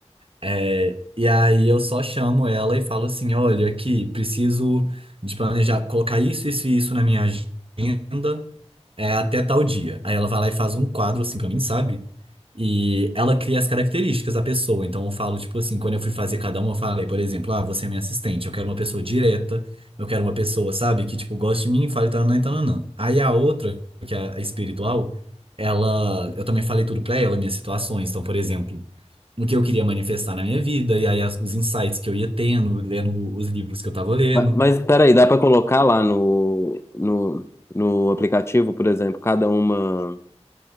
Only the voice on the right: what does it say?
É, e aí eu só chamo ela e falo assim, olha, aqui, preciso de planejar, colocar isso, isso e isso na minha agenda, é, até tal dia. Aí ela vai lá e faz um quadro assim pra mim, sabe? E ela cria as características da pessoa. Então eu falo, tipo assim, quando eu fui fazer cada um, eu falei, por exemplo, ah, você é minha assistente, eu quero uma pessoa direta, eu quero uma pessoa, sabe, que, tipo, goste de mim, e fale tananã e tananã. Aí a outra, que é a espiritual, ela, eu também falei tudo pra ela, minhas situações. Então, por exemplo, o que eu queria manifestar na minha vida, e aí as- os insights que eu ia tendo, lendo os livros que eu tava lendo.